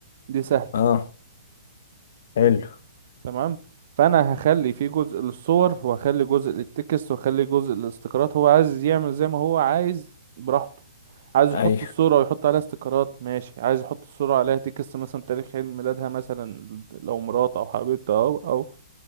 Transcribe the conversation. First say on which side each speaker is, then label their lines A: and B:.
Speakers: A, on the right; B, on the left.
A: دي سهلة
B: اه حلو
A: تمام فانا هخلي في جزء للصور وهخلي جزء للتكست وهخلي جزء للاستيكرات هو عايز يعمل زي ما هو عايز براحته عايز يحط
B: ايوه
A: الصورة ويحط عليها استيكرات ماشي عايز يحط الصورة عليها تكست مثلا تاريخ عيد ميلادها مثلا لو مرات او حبيبته او او